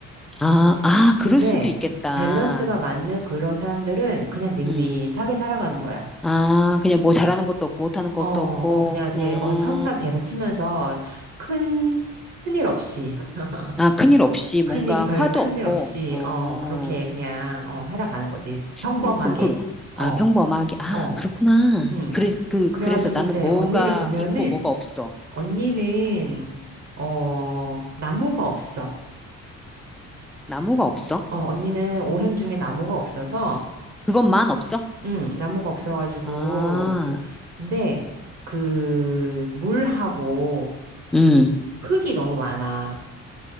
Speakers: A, in the centre; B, on the right.
A: 아, 아,
B: 근데,
A: 그럴 수도 있겠다.
B: 밸런스가 맞는 그런 사람들은 그냥 밋밋하게
A: 음.
B: 살아가는 거야.
A: 아, 그냥 뭐 잘하는 것도 없고, 못하는 것도
B: 어, 어,
A: 없고,
B: 그냥 대,
A: 어,
B: 어, 평탁 계속 치면서 큰, 큰일 없이, <laughs>
A: 아, 큰일 없이 뭔가
B: 큰일, 별
A: 화도
B: 큰일
A: 없고,
B: 없이,
A: 어,
B: 어, 그렇게 그냥, 어, 살아가는 거지. 평범하게.
A: 어, 그, 그,
B: 어,
A: 아, 평범하게, 아,
B: 어.
A: 그렇구나.
B: 음.
A: 그래, 그,
B: 그래가지고
A: 그래서 나는
B: 이제
A: 뭐가
B: 언니를 보면은
A: 있고 뭐가 없어.
B: 언니는 어 나무가 없어.
A: 나무가 없어.
B: 어 언니는 오행 중에 나무가 없어서
A: 그것만 없어.
B: 음 나무가 없어가지고
A: 아,
B: 근데 그 물하고
A: 음,
B: 흙이 너무 많아.